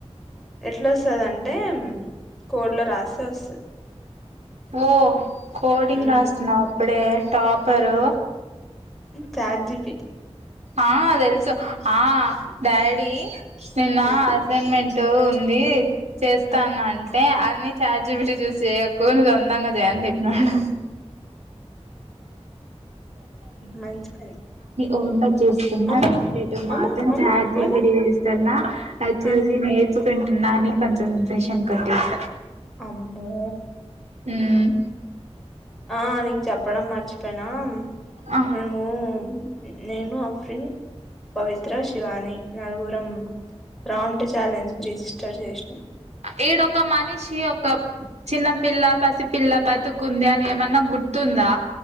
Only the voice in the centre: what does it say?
ఎట్లస్తదంటే కోడ్ లో రాస్తే వస్తది
ఉమ్
చాట్ జీ పి టి
ఉమ్
ఉమ్
మంచి పని
అమ్మో
అమ్మో
అమ్మో
అమ్మో
ఆ
అమ్మో
ఆ నీకు చెప్పడం మర్చిపోయినా
మేము నేను ఆఫ్రిన్ పవిత్ర శివాని నలుగురం గ్రాంట్ ఛాలెంజ్కి రిజిస్టర్ చేసినం.